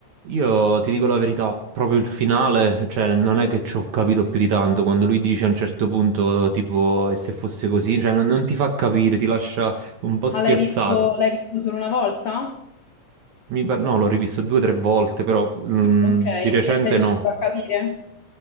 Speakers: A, on the right; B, on the left.
A: Io ti dico la verità, proprio il finale, cioè, non è che ci ho capito più di tanto, quando lui dice a un certo punto, tipo, e se fosse così, cioè, non, non ti fa capire, ti lascia un po' spiazzato.
B: Ma l'hai visto, l'hai visto solo una volta?
A: Mi par- no, l'ho rivisto due o tre volte, però mm,
B: Mm, Ok,
A: di recente
B: e sei riuscito
A: no.
B: a capire?